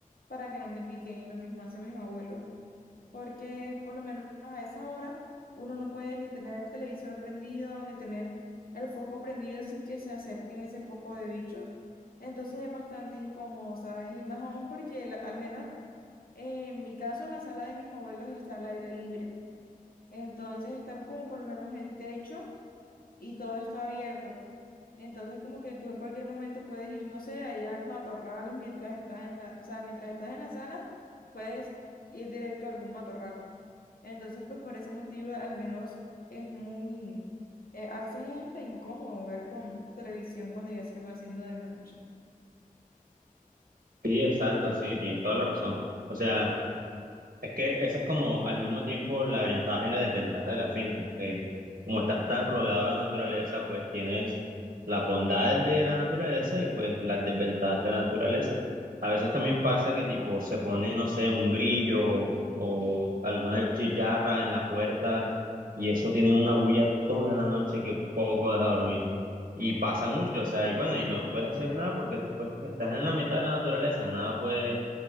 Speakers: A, on the left; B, on the right.
A: para que no me piquen y lo mismo hacen mis abuelos, porque por lo menos a esa hora uno no puede ni tener el televisor prendido, ni tener el foco prendido sin que se acerquen ese poco de bichos. Entonces es bastante incómodo, ¿sabes? Y más aún porque la- al menos eh, en mi caso la sala de mis abuelos está al aire libre, entonces está como por lo menos el techo y todo está abierto. Entonces, como que tú en cualquier momento puedes ir, no sé, allá al matorral mientras estás en la, o sea, mientras estás en la sala, puedes ir directo a algún matorral. Entonces, pues por ese motivo, al menos es muy, eh, a veces es hasta incómodo ver con televisión cuando ya se va haciendo de noche.
B: Sí, exacto, sí, tienes toda la razón. O sea, Es que esa es como al mismo tiempo la ventaja y la desventaja de la finca, que como estás tan rodeado de naturaleza, pues tienes las bondades de la naturaleza y pues las desventajas de la naturaleza. A veces también pasa que tipo se pone, no sé, un grillo o alguna chicharra en la puerta y eso tiene una bulla toda la noche que poco deja dormir. Y pasa mucho, o sea, y bueno, y no puedes hacer nada porque pues estás en la mitad de la naturaleza, nada puedes